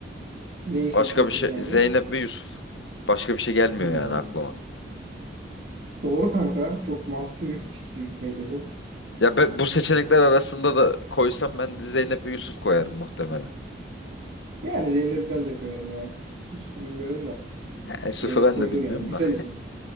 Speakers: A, on the right; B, on the left.
A: Neyi seçiyorsun
B: Başka bir şey
A: yani?
B: Zeynep ve Yusuf. Başka bir şey gelmiyor
A: Hmm.
B: yani aklıma.
A: Doğru kanka. Çok mantıklı bir fikir yürütmeydi bu.
B: Ya ben, bu seçenekler arasında da koysam ben de Zeynep ve Yusuf koyarım muhtemelen.
A: Yani Zeynep'i ben de koyarım ya. Yusuf'u bilmiyorum da.
B: Ha, Yusuf'u
A: Zeynep
B: ben
A: koyulur
B: de bilmiyorum
A: yani. Güzel
B: da.
A: isim.